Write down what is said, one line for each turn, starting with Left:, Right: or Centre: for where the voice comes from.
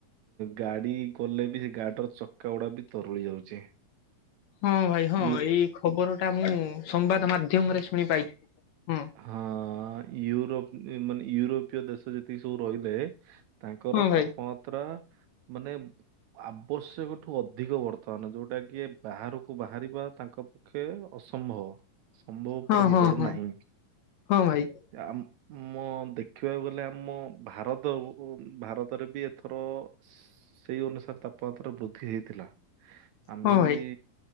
Right: ଗାଡି ଗଲେ ବି ସେ ଗାଡିର ଚକା ଗୁଡା ବି ତରୁଳି ଯାଉଛି
Left: ହଁ ଭାଇ ହଁ
Right: ୟୁ
Left: ଏଇ ଖବର ଟା ମୁଁ ସମ୍ବାଦ ମାଧ୍ୟମରେ ଶୁଣି ପାଇଥିଲି ହଁ।
Right: ହଁ ୟୁରୋପ ମାନେ ୟୁରୋପୀୟ ଦେଶ ଯେତିକି ସବୁ ରହିଲେ ତାଙ୍କର
Left: ହଁ ଭାଇ
Right: ତାପମାତ୍ରା ମାନେ ଆବଶ୍ୟକ ଠୁ ଅଧିକ ବର୍ତ୍ତମାନ ଯୋଉଟା କି ବାହାରକୁ ବାହାରିବା ତାଙ୍କ ଖେ ଅସମ୍ଭବ ସମ୍ଭବ
Left: ହଁ
Right: ପରେ ହେଇପାରୁ
Left: ହଁ ହଁ
Right: ନାହିଁ।
Left: ହଁ ଭାଇ।
Right: ସେ ଆମ ମୁ ଦେଖିବାକୁ ଗଲେ ଆମ ଭାରତ ଭାରତରେ ବି ଏଥର ସେଇ ଅନୁସାରେ ତାପମାତ୍ରା ବୃଦ୍ଧି ହେଇଥିଲା ଆମେ
Left: ହଁ ଭାଇ
Right: ବି